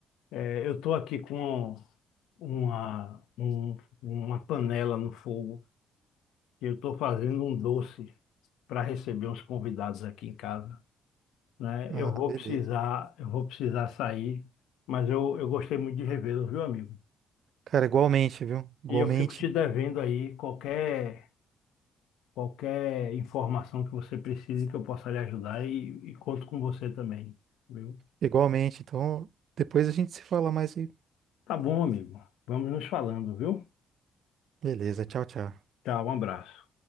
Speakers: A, on the left; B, on the right.
A: É, É, eu estou aqui com uma, um- uma panela no fogo e eu estou fazendo um doce para receber uns convidados aqui em casa, né?
B: ah,
A: Eu vou
B: beleza.
A: precisar, eu vou precisar sair, mas eu, eu gostei muito de revê-lo, viu, amigo?
B: Cara, igualmente, viu? Igualmente,
A: E eu fico te devendo aí qualquer Qualquer informação que você precise que eu possa lhe ajudar e, e conto com você também, viu?
B: igualmente. Então, depois a gente se fala mais e.
A: Tá bom, amigo. Vamos nos falando, viu?
B: Beleza, tchau, tchau.
A: Tchau, um abraço.